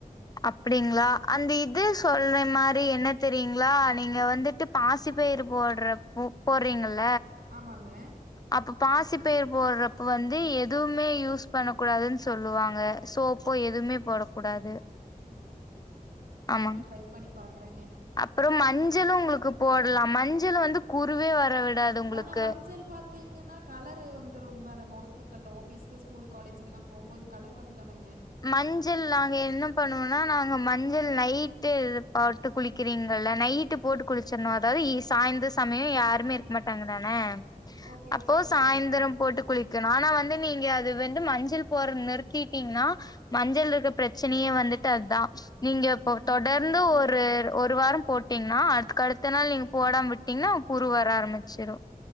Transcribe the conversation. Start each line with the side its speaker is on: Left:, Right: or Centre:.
Left: அப்டிங்களா அந்த இது சொல் மாரி என்ன தெரியீங்களா நீங்க வந்துட்டு பாசிப்பயிர் போடுற போர்றீங்கள
Right: ஆமாங்க
Left: அப்ப பாசிப்பயர் போடுறப்ப வந்து எதுவுமே யூஸ் பண்ண கூடாதுனு சொல்லுவாங்க சோப்பு எதுவுமே போடக்கூடாது ஆமா
Right: டிரை பண்ணி பார் கிரங்க
Left: அப்புறம் மஞ்சளும் உங்களுக்கு போடலா மஞ்சள் வந்து குருவே வர விடாது உங்களுக்கு
Right: ஆனா மஞ்சள் பாத் த்திங்கன்னா கலர் வந்துடும் வெர மொகத்துக்கல ஆஃபீஸ்க்கு ஸ்கூலு காலேஜுக்கெலா போகும்போது கலர் வரு தானேங்க
Left: மஞ்சள் நாங்க என்ன பண்ணுவோம்னா நாங்க மஞ்சள் நைட்டு போட்டு குளிக்கிறீங்கள நைட்டு போட்டு குளிச்சுறணு அதாவது சாய்ந்தர சமயம் யாருமே இருக்க மாட்டாங்க தானே
Right: ஓகே,
Left: அப்போ
Right: ஓகே, ஓகேங்க.
Left: சாய்ந்தர போட்டு குளி நானா வந்து நீங்க அது வந்து மஞ்சள் போற நிறுதீட்டீங்கனா மஞ்சள் இது பிரச்ச னையே வந்துட்டு அதுதா நீங்க இப்போ
Right: ம், ம்,
Left: தொடர்ந்து
Right: ம். புரிஞ்சது, புரிஞ்சதுங்க.
Left: ஒரு ஒரு வாரம் போட்டீங்னா அதுக்கு அடுத்த நாள் நீங்க போடாம விட்டீங்கன்னா புரு வர ஆரம்பிச்சிடும்